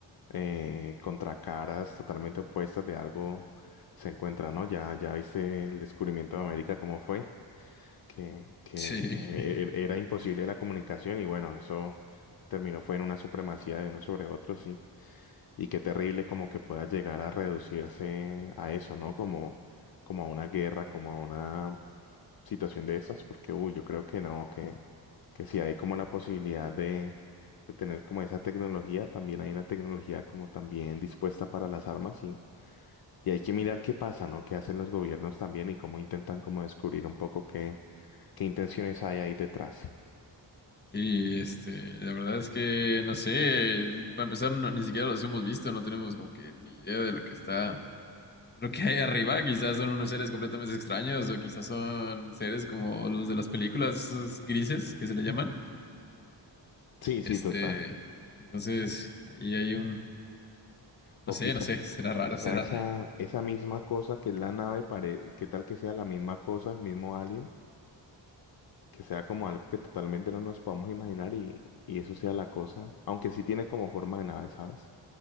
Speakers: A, on the left; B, on the left.
A: eh, contracaras totalmente opuestas de algo se encuentran, ¿no? Ya, ya viste el descubrimiento de América, cómo fue, que, que
B: Sí,
A: e-
B: <laughs>
A: e, era imposible la comunicación y bueno, eso terminó fue en una supremacía de uno sobre otro, sí. Y qué terrible como que pueda llegar a reducirse a eso, ¿no? Como, como a una guerra, como a una situación de esas, porque uy, yo creo que no, que, que si hay como la posibilidad de, de tener como esa tecnología, también hay una tecnología como también dispuesta para las armas y, y hay que mirar qué pasa, ¿no? Qué hacen los gobiernos también y cómo intentan como descubrir un poco qué, qué intenciones hay ahí detrás.
B: sí, este, la verdad es que no sé, para empezar, no- ni siquiera los hemos visto, no tenemos como que ni idea de lo que está, lo que hay arriba, quizás son unos seres completamente extraños o quizás son seres como los de las películas, esos grises que se le llaman.
A: Sí,
B: Este,
A: sí, total.
B: entonces, ahí hay un,
A: O
B: no sé,
A: quizá,
B: no sé, será
A: o
B: raro,
A: quizá
B: será
A: esa,
B: raro.
A: esa misma cosa que es la nave, pare, qué tal que sea la misma cosa, el mismo alien que sea como algo que totalmente no nos podamos imaginar y, y eso sea la cosa, aunque sí tiene como forma de nave, ¿sabes?